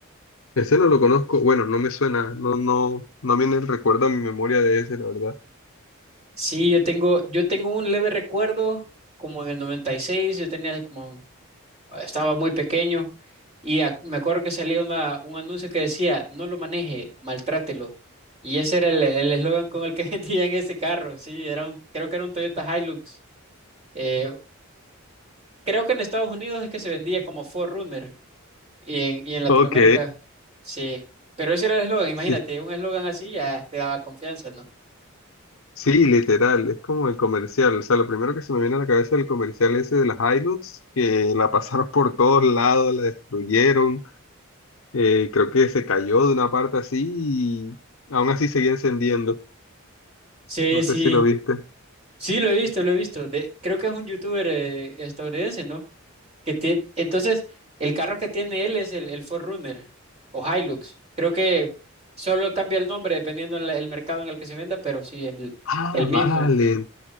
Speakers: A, on the left; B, on the right.
A: ese no lo conozco, bueno, no me suena, no, no, no viene el recuerdo a mi memoria de ese, la verdad.
B: Sí, yo tengo, yo tengo un leve recuerdo, como en el 96 yo tenía como estaba muy pequeño y ac- me acuerdo que salía una, un anuncio que decía, no lo maneje, maltrátelo. Y ese era el el eslogan con el que <laughs> vendían ese carro, sí, era un, creo que era un Toyota Hilux. Eh, creo que en Estados Unidos es que se vendía como 4Runner y en, y en Latinoamérica,
A: Ok,
B: sí. Pero ese era el eslogan, imagínate,
A: sí,
B: un eslogan así ya te daba confianza, ¿no?
A: sí, literal, es como el comercial, o sea, lo primero que se me viene a la cabeza es el comercial ese de las Hilux, que la pasaron por todos lados, la destruyeron. Eh, creo que se cayó de una parte así y aún así seguía encendiendo.
B: Sí,
A: No sé
B: sí,
A: si lo viste.
B: sí, lo he visto, lo he visto. De, creo que es un youtuber eh, estadounidense, ¿no? que tiene, entonces, el carro que tiene él es el, el 4Runner o Hilux. Creo que solo cambia el nombre dependiendo el, el mercado en el que se venda, pero sí es el,
A: Ah,
B: el mismo.
A: vale.